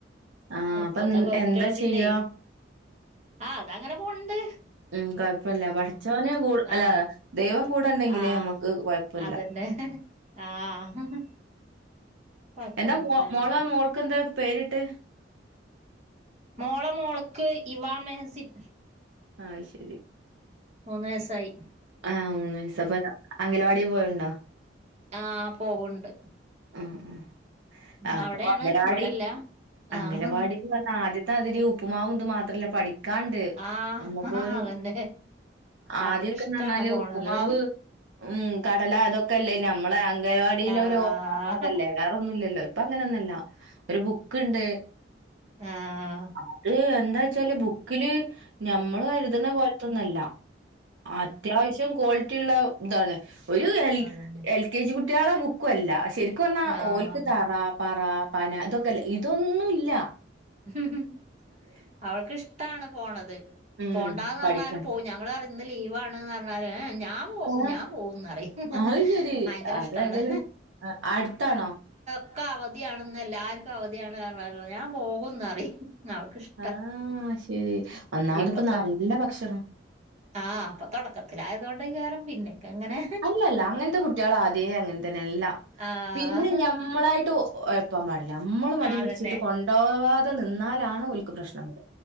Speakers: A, on the right; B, on the right.
A: ആഹ്
B: ഇപ്പത്തെക്കെ
A: അപ്പൊ
B: പെൺ
A: എന്താ
B: കുട്ടികള് പിന്നെ
A: ചെയ്യാ
B: ആ അത് അങ്ങനെ പോവുണ്ട്
A: ഉം കൊഴപ്പില്ല പഠിച്ചവനെ കൂ അല്ല
B: ആഹ്
A: ദൈവം കൂടെണ്ടെങ്കില്
B: ആഹ്
A: നമ്മുക്ക് കൊഴപ്പല്ല.
B: അതന്നെ ആഹ് കൊഴപ്പൊന്നുല്ല
A: എന്താ
B: അങ്ങനെ
A: മോള മോൾക്ക് എന്താ പേരിട്ട്
B: മോള മോളക്ക് ഇവാ മെഹസിൻ
A: ആഹ് അത് ശെരി
B: മൂന്ന് വയസായി
A: ആഹ് മൂന്ന് വയസാ അംഗലവാടി പോവൽ ഉണ്ടോ
B: ആഹ് പോവുണ്ട്
A: ഉം ഉം അപ്പൊ
B: അവിടെയാണ്
A: അംഗനവാടി
B: ഇവിടെല്ല
A: അംഗനവാടിന്ന്
B: ആഹ്
A: വന്നാ ആദ്യത്തെ തതിരി ഉപ്പ്മാവും ഇത് മാത്രല്ല പഠിത ക്കാണ്ട്
B: ആഹ്
A: നമ്മുക്ക് ഒരു
B: അതന്നെ അവൾക്ക്
A: ആദ്യക്കെന്നറഞ്ഞാല്
B: ഇഷ്ടാണ് പോണത്
A: ഉപ്പുമാവ് ഉം കടല അതൊക്കെല്ലേ നമ്മളെ അംഗവാടില്
B: ആഹ്
A: ഒരു ഓർമ അതല്ലേ വേറൊന്നുല്ലല്ലോ ഇപ്പൊ അങ്ങനെ ഒന്നുഅല്ല ഒരു ബുക്ക് ഉണ്ട്
B: ആഹ്
A: അത് എന്താ വച്ചാല് ബുക്കില് ഞമ്മള് കരുതുന്ന പോലത്ത ഒന്നുഅല്ല അത്യാവശ്യം ക്വാളിറ്റി ള്ള ഇതാണ് ഒരു എൽ
B: അതന്നെ
A: എൽ കെ ജി കുട്ടികളെ ബുക്കും അല്ല ശരിക്കും പറഞ്ഞാൽ
B: ആഹ്
A: ഓൽക്ക് തറ പറ പന ഇതൊക്കെല്ല ഇതൊന്നും ഇല്ല
B: ഹ്‌ഹും അവൾക്ക് ഇഷ്ടാണ് പോണത്
A: ഉം.
B: പോണ്ടന്ന് പറഞ്ഞാലും
A: പഠിക്കാൻ.
B: പോവും ഞങ്ങളരിം ഇന്ന് ലീവാണ് എന്ന് പറഞ്ഞാല് ഏ ഞാൻ ഞാൻ പോവും
A: ആ!
B: ഞാൻ പോവും ന്നറിം
A: അത് ശരി.
B: ഭയങ്കര
A: അത്
B: ഇഷ്ടാണ്
A: ഏതായാലും അടുത്താണോ
B: ക്കെ അവധിയാണ്ന്ന് എല്ലാർക്കും അവധിയാണ് അറഞ്ഞാലുംഞാന് പോകുന്നറിം അവക്ക് ഇഷ്ട
A: ആഹ് ശരി ഒന്നാമത്
B: ഇപ്പത്തെ
A: ഇപ്പ നല്ല ഭക്ഷണം
B: ആഹ് അപ്പൊ തുടക്കത്തിലയതുകൊണ്ടഎക്കാരം പിന്നെയക്കെ അങ്ങനെ
A: അല്ലല്ല അങ്ങനത്തെ കുട്ടിആള് ആദ്യേ അങ്ങനെത്തന്നെ എല്ലാം
B: ആഹ്
A: പിന്നെ ഞമ്മളായിട്ട് ഒഴപ്പാൻ പാടില്ല നമ്മള് മടി
B: അതന്നെ
A: പിടിച്ചിട്ട് കൊണ്ട് പോവാതെ നിന്നാലാണ് ഓൽക്ക് പ്രശ്നം വെര